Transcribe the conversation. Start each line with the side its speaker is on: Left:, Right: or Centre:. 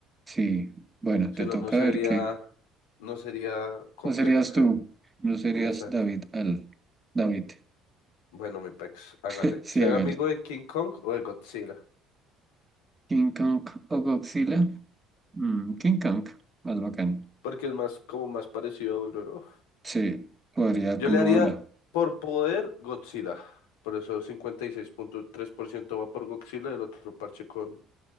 Right: Sí, bueno,
Left: Si
Right: te
Left: no,
Right: toca
Left: no sería,
Right: ver qué.
Left: no sería completa.
Right: No serías tú,
Left: <laughs>
Right: no serías
Left: Exacto.
Right: David Al. David,
Left: Bueno, mi pex, hágale.
Right: <laughs> sí,
Left: ¿Ser
Right: hágale.
Left: amigo de King Kong o de Godzilla?
Right: King Kong o Godzilla. Mm, King Kong, más bacán.
Left: Porque es más, como más parecido a uno, ¿no?
Right: Sí, podría
Left: Yo
Right: como
Left: le haría
Right: habla.
Left: por poder Godzilla. Por eso cincuenta y seis punto tres por ciento va por Godzilla y el otro parche con,